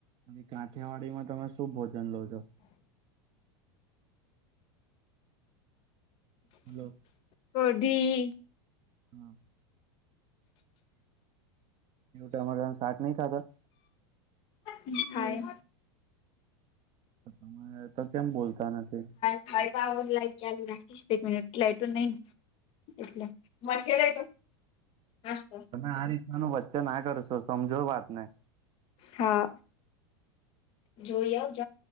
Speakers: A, on the right; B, on the left.
A: અને કાંઠિયાવાડીમાં તમે શું ભોજન લો છો.? હલો!
B: કઢી
A: હા તમારા અમા શાક નહી ખાતા?
B: નિ સ્ થાય
A: તમે તો કેમ બોલતા નથી.?
B: હર પાાવર લાઈટ ચાલુ રાખીશ એક મિટ લાઇટ નઈ, એટ મચ્છર તો નાસ્ <inaudible>
A: તમે આ રીતનાનું વચ્ચે ના કરશો સમજો વાત ને
B: હા જોઈ આવજ